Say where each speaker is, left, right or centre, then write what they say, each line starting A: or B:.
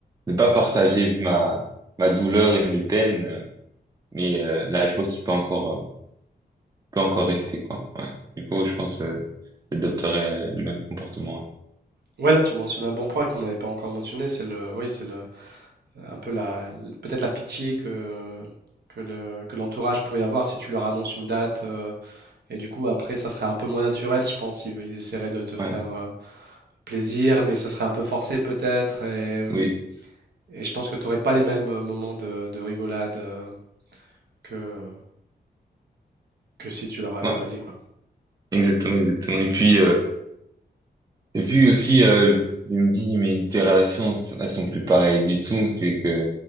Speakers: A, on the right; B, on the right.
A: ne pas partager ma, ma douleur et mes peines, Mais euh, là, je vois qu'il peut encore, euh, peut encore rester, quoi. Ouais. Du coup, je pense euh, j'adopterais le même comportement.
B: Ouais là tu mentionnes un bon point qu'on n'avait pas encore mentionné c'est le oui c'est le euh, un peu la, peut-être la pitié que, que le- que l'entourage pourrait avoir si tu leur annonces une date. euh, et du coup, après, ça serait un peu moins naturel, je pense. Ils, ils essaieraient de te faire
A: Ouais. Ouais.
B: euh, plaisir, mais ça serait un peu forcé peut-être. Et,
A: Oui.
B: et je pense que tu n'aurais pas les mêmes euh, moments de, de rigolade euh, que, que si tu leur avais
A: Ouais.
B: pas dit quoi.
A: Exactement, exactement. Et puis, euh, et puis aussi, euh, je me dis, mais tes relations, elles sont plus pareilles du tout. C'est que